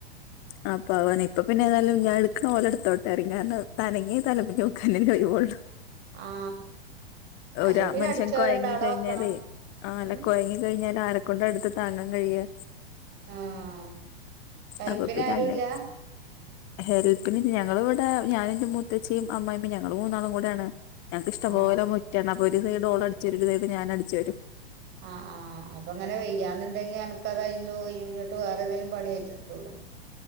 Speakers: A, on the left; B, on the right.
A: ആഹ് പവന് ഇപ്പൊ പിന്നെ എതാലും ഞാൻ എട്ക്കണ പോലെ ഇട്ത്തോട്ടെറി കാരണം ഇത് അനങ്ങ്യ തലമുടി വെക്കാനും കഴുല്ല
B: ആ അല്ലെ
A: ഒരാ
B: പിന്നെ
A: മനുഷ്യൻ
B: അടിച്ചവരുണ്ട്
A: കൊഴങ്ങികഴിഞ്ഞാലെ
B: അവിടെ വെക്കണം
A: ആ
B: ഉം
A: അല്ല കൊഴങ്ങികഴിഞ്ഞാല് ആരക്കൊണ്ടട്ത്ത് താങ്ങാകയ്യ്ക
B: ആഹ് ഹെല്പിനാരുല്യ
A: അപ്പൊ പിന്നെ അങ്ങനെ ഹെൽപ്പിന് ഞങ്ങള്വ്ടെ ഞാനു എന്റെ മുത്തച്ചിയും അമ്മായിമ്മേം ഞങ്ങള് മൂന്നാളും കുടാണ് ഞങ്ങക്ക് ഇഷ്ടപോലെ
B: ആ
A: മുറ്റാണ് അപ്പൊ ഒരു സൈഡ്‌ ഓള അടിചെരുമ്പായെക്കു ഞാനടിച്ചേരും
B: ആഹ് ആഹ് അപ്പൊ അങ്ങനെ വെയ്യാന്നുണ്ടെങ്കി എനക്ക്ത് കയ്യിന്നു പോയി ഞ്ഞിട്ട് വേറെ ഏതേലും പണി ഏറ്റെടുത്തുടെ